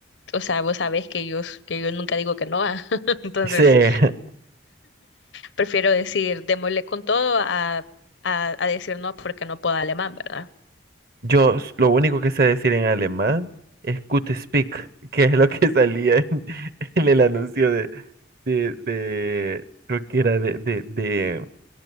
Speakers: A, on the left (about 80°); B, on the right (about 55°).
A: o sea, vos sabés que yo, que yo nunca digo que no, ah. <laughs> Entonces
B: Sí. <laughs>
A: prefiero decir démosle con todo a, a, a decir no porque no puedo alemán, ¿verdad?
B: Yo s- lo único que sé decir en alemán es Gute Speak, que es lo que salía en, <laughs> en el anuncio de, de, de- creo que era de, de, de,